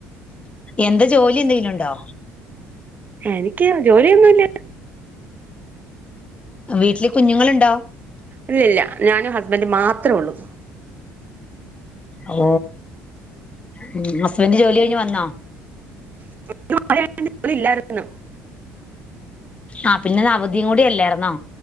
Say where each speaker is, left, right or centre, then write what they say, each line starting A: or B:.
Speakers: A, on the left; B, on the right.
A: എന്ത് ജോലി എന്തെങ്കിലും ഉണ്ടോ?
B: എനിക്ക് ജോലിയൊന്നുല്ല.
A: വീട്ടില് കുഞ്ഞുങ്ങളുണ്ടോ?
B: ഇല്ലല്ല ഞാനും ഹസ്ബൻഡും മാത്രമേ ഉള്ളൂ.
A: ഓ ഉ ഹസ്ബൻഡ് ജോലി കഴിഞ്ഞ് വന്നാ?
B: <unintelligible>
A: ആ പിന്നെ ഇന്ന് അവധിയും കൂടി അല്ലായിരുന്നോ?